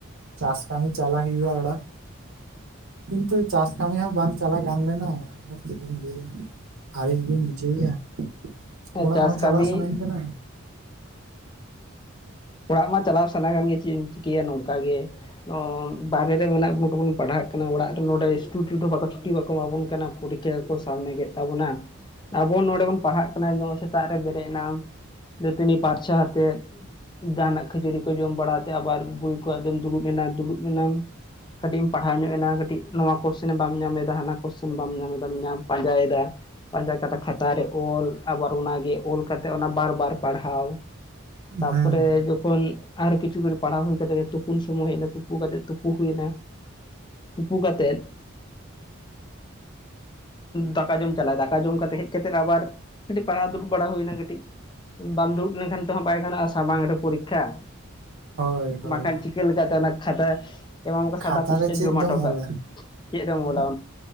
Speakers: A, on the right (about 70°); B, on the left (about 20°).
A: ᱪᱟᱥ ᱠᱟᱹᱢᱤ ᱪᱟᱞᱟᱣ ᱦᱩᱭᱩᱜᱼᱟ ᱚᱲᱟᱜ᱾ ᱠᱤᱱᱛᱩ ᱪᱟᱥ ᱠᱟᱹᱢᱤ ᱦᱚᱸ ᱵᱟᱝ ᱪᱟᱞᱟ ᱜᱟᱱ ᱞᱮᱱᱟ ᱟᱨ ᱪᱮᱫᱤᱧ ᱞᱟᱹᱭᱟ? ᱟᱲᱤᱥ ᱜᱤᱧ ᱵᱩᱡᱷᱟᱹᱣᱮᱫᱼᱟ ᱚᱲᱟᱜ
B: ᱪᱟᱥ
A: ᱦᱚᱸ
B: ᱠᱟᱹᱢᱤ
A: ᱪᱟᱞᱟᱜ ᱥᱟᱱᱟᱧ ᱠᱟᱱᱟ᱾
B: ᱚᱲᱟᱜ ᱢᱟ ᱪᱟᱞᱟᱣ ᱥᱟᱱᱟ ᱠᱟᱱ ᱜᱮᱭᱟ ᱪᱮᱫ ᱮᱢ ᱪᱤᱠᱟᱹᱭᱟ ᱱᱚᱝᱠᱟ ᱜᱮ᱾ ᱚ ᱵᱟᱦᱮᱨ ᱨᱮ ᱢᱮᱱᱟᱜ ᱵᱚᱱ ᱠᱚᱵᱚᱱ ᱯᱟᱲᱦᱟᱜ ᱠᱟᱱᱟ ᱚᱲᱟᱜ ᱨᱮ ᱱᱚᱸᱰᱮ ᱤᱱᱥᱴᱩᱴᱩᱴ ᱦᱚᱸ ᱵᱟᱠᱚ ᱪᱷᱩᱴᱤ ᱵᱟᱠᱚ ᱮᱢᱟ ᱵᱚᱱ ᱠᱟᱱᱟ᱾ ᱯᱚᱨᱤᱠᱷᱟ ᱦᱚᱸᱠᱚ ᱥᱟᱢᱱᱮ ᱠᱮᱫ ᱛᱟᱵᱚᱱᱟ᱾ ᱟᱵᱚ ᱱᱚᱸᱰᱮ ᱵᱚᱱ ᱯᱟᱲᱦᱟᱜ ᱠᱟᱱᱟ ᱡᱚ ᱥᱮᱛᱟᱜ ᱨᱮ ᱵᱮᱨᱮᱫ ᱮᱱᱟᱢ ᱫᱟᱹᱛᱟᱹᱱᱤ ᱯᱟᱨᱪᱟ ᱠᱟᱛᱮᱫᱼᱼ ᱡᱟᱦᱟᱱᱟᱜ ᱠᱷᱟᱹᱡᱟᱹᱲᱤ ᱠᱚ ᱡᱚᱢ ᱵᱟᱲᱟ ᱛᱮ ᱟᱵᱚᱣᱟᱜ ᱟᱨ ᱵᱳᱭ ᱠᱚ ᱟᱛᱮ ᱮᱢ ᱫᱩᱲᱩᱵ ᱮᱱᱟ ᱫᱩᱲᱩᱵ ᱮᱱᱟᱢ ᱠᱟᱹᱴᱤᱡ ᱮᱢ ᱯᱟᱲᱦᱟᱣ ᱧᱚᱜ ᱮᱱᱟ ᱠᱟᱴᱤ ᱱᱚᱶᱟ ᱠᱚᱥᱪᱮᱱ ᱵᱟᱢ ᱧᱟᱢ ᱮᱫᱟ ᱦᱟᱱᱟ ᱠᱚᱥᱪᱮᱱ ᱵᱟᱢ ᱧᱟᱢ ᱮᱫᱟ᱾ <unintelligible> ᱧᱟᱢ ᱯᱟᱸᱡᱟᱭᱮᱫᱟ ᱯᱟᱸᱡᱟ ᱠᱟᱛᱮ ᱠᱷᱟᱛᱟ ᱨᱮ ᱚᱞᱼᱼ ᱟᱵᱟᱨ ᱚᱱᱟᱜᱮ ᱚᱞ ᱠᱟᱛᱮᱜ ᱚᱱᱟ ᱵᱟᱨ ᱵᱟᱨ ᱯᱟᱲᱦᱟᱣ ᱛᱟᱯᱚᱨᱮᱼᱼ
A: ᱦᱮᱸ
B: ᱵᱚᱱ ᱟᱨ ᱠᱤᱪᱷᱩ ᱜᱷᱟ. ᱲᱤᱡ ᱯᱟᱲᱦᱟᱣ ᱦᱩᱭ ᱠᱟᱛᱮ ᱛᱩᱯᱩᱱ ᱥᱚᱢᱚᱭ ᱦᱮᱡ ᱮᱱᱟ ᱛᱩᱯᱩ ᱠᱟᱛᱮᱜ ᱛᱩᱯᱩ ᱦᱩᱭ ᱮᱱᱟ᱾ ᱛᱩᱯᱩ ᱠᱟᱛᱮᱫᱼᱼ ᱫᱟᱠᱟ ᱡᱚᱢ ᱪᱟᱞᱟᱜᱼᱟ ᱫᱟᱠᱟ ᱡᱚᱢ ᱠᱟᱛᱮ ᱦᱮᱡ ᱠᱟᱛᱮᱫ ᱟᱵᱟᱨ ᱠᱟᱹᱴᱤᱡ ᱯᱟᱲᱦᱟᱣ ᱫᱩᱲᱩᱵ ᱵᱟᱲᱟ ᱦᱩᱭᱮᱱᱟ ᱠᱟᱹᱴᱤᱡᱼᱼ ᱵᱟᱢ ᱫᱩᱲᱩᱵ ᱞᱮᱱᱠᱷᱟᱱ ᱛᱮᱦᱚᱸ ᱵᱟᱭ ᱜᱟᱱᱚᱜ-ᱟ ᱥᱟᱢᱟᱝ ᱨᱮ ᱯᱚᱨᱤᱠᱷᱟ᱾
A: ᱦᱳᱭ ᱦᱳᱭ
B: ᱵᱟᱠᱷᱟᱱ ᱪᱤᱠᱟᱹ ᱞᱮᱠᱟᱛᱮ ᱚᱱᱟ ᱠᱷᱟᱛᱟ ᱮᱢᱟᱢᱟ ᱠᱚ
A: ᱠᱷᱟᱛᱟ
B: ᱥᱟᱫᱟ ᱯᱤᱥᱴᱟ
A: ᱨᱮ ᱪᱮᱫ
B: ᱡᱚᱢᱟ
A: ᱫᱚᱢ
B: ᱦᱚᱴᱚ ᱠᱟᱜ
A: ᱚᱞᱟ
B: ᱪᱮᱫ ᱨᱮᱢ
A: ᱦᱮᱸ
B: ᱚᱞᱟ